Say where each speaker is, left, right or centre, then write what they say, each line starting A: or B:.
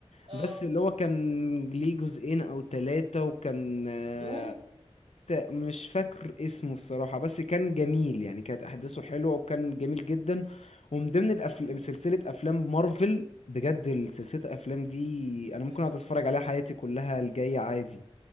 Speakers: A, on the right; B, on the left.
A: اه
B: بس اللي هو كان ليه جزئين او ثلاثة وكان آه،
A: دوم
B: ت- مش فاكر اسمه الصراحة بس كان جميل يعني كانت احداثه حلوة وكان جميل جدا ومن ضمن الافلام
A: مم.
B: سلسلة افلام مارفل بجد سلسلة الافلام دي انا
A: مم.
B: ممكن اقعد اتفرج عليها حياتي كلها الجاية عادي